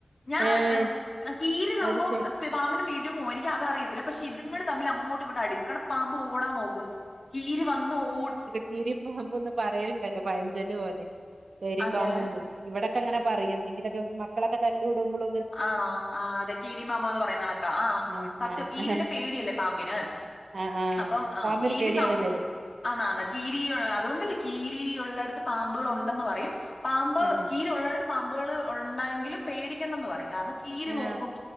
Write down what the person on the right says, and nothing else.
ഏഹ്
അത് ശരി
കീരി പാമ്പുംന്ന് പറയലുണ്ടല്ലോ പയഞ്ചല്ല് പോലെ കീരി
പാമ്പുംന്ന് ഇവിടൊക്കെ അങ്ങനെ പറയും എന്തെങ്കിലൊക്കെ മക്കളൊക്കെ തല്ല ൂടുമ്പോൾ
ആഹ്
ആഹ്
ആഹ് ആഹ്
പാമ്പിന്
പേടിയാണല്ലേ
ആഹ്
ആഹ്